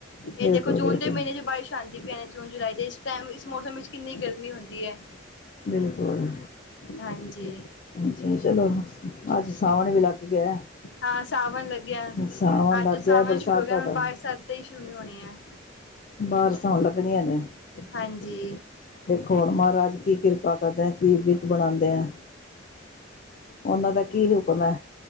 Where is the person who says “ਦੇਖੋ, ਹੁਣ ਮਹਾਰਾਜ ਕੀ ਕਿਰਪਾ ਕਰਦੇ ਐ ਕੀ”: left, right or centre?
Left